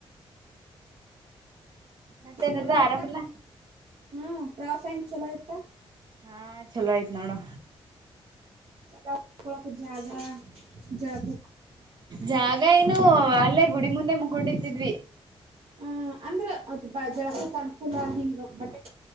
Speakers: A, on the right (about 45°); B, on the right (about 70°).
A: ಮತ್ತೇನಡ್ದ
B: ಚಲೋ ಆಯ್ತ
A: ಆರಾಮಲ್ಲ
B: ಹ್ಮ್ ಪ್ರವಾಸ ಎಂಗ್ ಚಲೋ ಆಯ್ತಾ.
A: ಹಾ ಚಲೋ ಆಯ್ತ್ ನೋಡು.
B: <unintelligible> ಳಕ ಜಾಗ ಜಾಗ
A: ಜಾಗ ಏನು ಅಲ್ಲೇ ಗುಡಿ ಮುಂದೆ ಮುಕೊಂಡಿತಿದ್ವಿ.
B: ಹ ಅಂದ್ರೆ ಅದ್ ಬ ಜಳಕಕ ಅನುಕೂಲ ಹಿಂಗ ಬಟ್ಟೆ